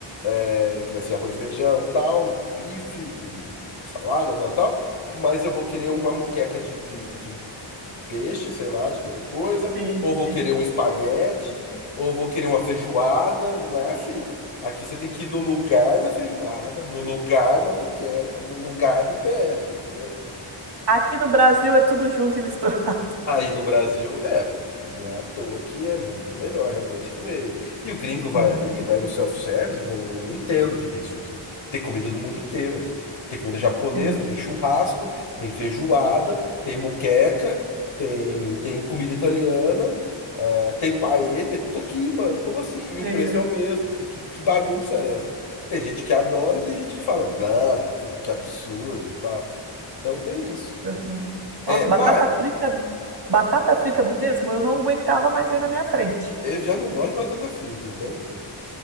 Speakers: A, on the left; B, on the right.
A: é, que vai ser arroz, feijão, tal, bife e salada, tal, tal. Mas eu vou querer uma moqueca de, de, de, de peixe, sei lá, de qualquer coisa.
B: Sim,
A: Ou vou
B: sim.
A: querer um espaguete, ou vou querer uma feijoada. Não é assim. Aqui você tem que ir no lugar da feijoada, no lugar da moqueca, no lugar do PF, entendeu?
B: Aqui no Brasil é tudo junto e misturado.
A: Aí no Brasil, é, não é à toa que é muito melhor realmente comer. E o gringo vai
B: <laughs> Sim,
A: aí, vai no self-service, ele vai, não, não entendo o que que é isso aqui. Tem comida do mundo inteiro aqui. Tem comida japonesa,
B: sim.
A: tem churrasco, tem feijoada, tem muqueca, tem, tem comida italiana, eh, tem paella, tem tudo aqui, mano. Como assim? E o
B: E
A: preço
B: aí, eu-
A: é o mesmo. Que, que, que bagunça é essa? Tem gente que adora e tem gente que fala, não, que, que absurdo e tal. Então tem isso.
B: Uhum.
A: É,
B: Nossa,
A: mas.
B: batata frita, batata frita mesmo, eu não aguentava mais ver na minha frente.
A: Eu já não gosto de batata frita, então